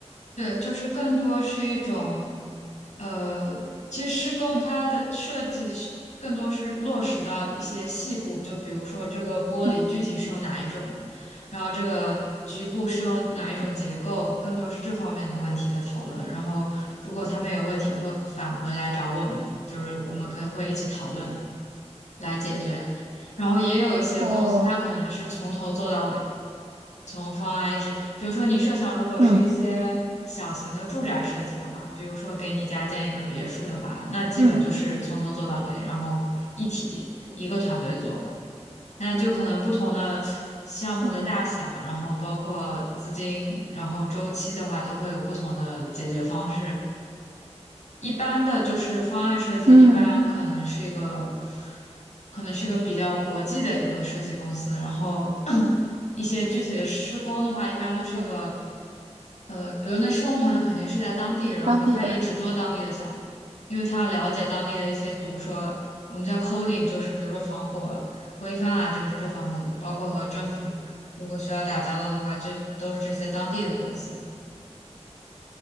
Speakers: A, on the left (about 80°); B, on the right (about 75°).
A: 对，就是更多是一种。呃，其实施工它的设计是更多是落实到一些细部，
B: 嗯
A: 就比如说这个玻璃具体是用哪一种，
B: 嗯
A: 然后这个局部是用哪一种结构，
B: 嗯
A: 更多是这方面的问题的讨论。然后如果他们有问题，也会返回来找我们，就是我们可以会一起讨论。来解决。然后也有一些公司，
B: 哦，
A: 它可能是从头做到尾，从方案一直，比如说你设想，如果是一些小型的住宅设计的话，
B: 嗯
A: 比如说给你家建一个别墅的话，那基本就是从头做到尾，
B: 嗯
A: 然后一体一个团队做的。但就可能不同的项目的大小，
B: 嗯
A: 然后包括资金，然后周期的话，都会有不同的解决方式。一般的就是方案设计，
B: 嗯
A: 一般可能是一个，可能是一个比较国际的一个设计公司，然后 <clears throat> 一些具体的施工的话，一般都是一个，
B: 嗯，
A: 呃，比如那施工团队肯定是在当地，然后他也只做当地的项目，
B: 当地的
A: 因为他要了解当地的一些，比如说我们叫 coding，就是比如说防火规范啊这这方面的，包括和政府如果需要打交道的话，这都是这些当地的公司。